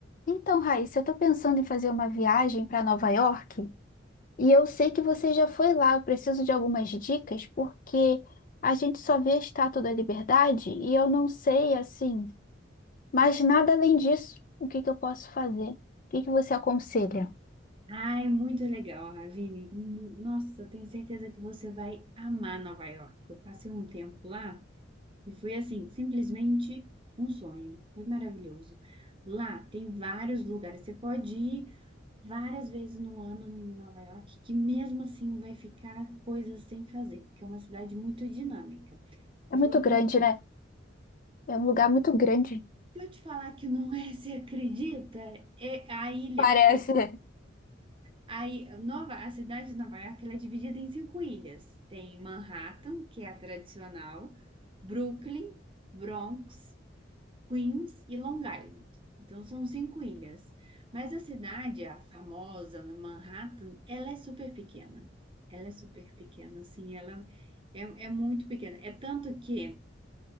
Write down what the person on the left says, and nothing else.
Então, Raíssa, eu tô pensando em fazer uma viagem para Nova York e eu sei que você já foi lá. Eu preciso de algumas dicas porque a gente só vê a Estátua da Liberdade e eu não sei assim, mas nada além disso. O que que eu posso fazer? O que que você aconselha?
É muito
grande,
né? É um lugar muito grande.
Parece.